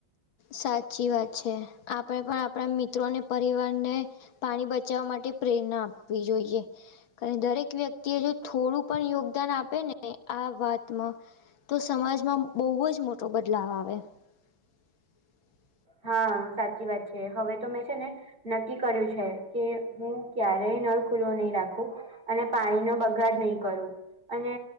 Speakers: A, on the left; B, on the right.
A: સાચી વાત છે આપણે પણ આપણા મિત્રોને પરિવારને. પાણી બચાવવા માટે પ્રેરણા આપવી જોઈએ. કાર દરેક વ્યક્તિ એ જો થોડું પણ યોગદાન આપે ને આ વાતમાં તો સમાજમાં બહુ જ મોટો બદલાવ આવે <inaudible>
B: હા સાચી વાત છે હવે તો મેં છે ને. નક્કી કર્યું છે કે હું ક્યારેય નળ ખુલ્લો નહી રાખું. અને પાણી નો બગાડ નહી કરું અને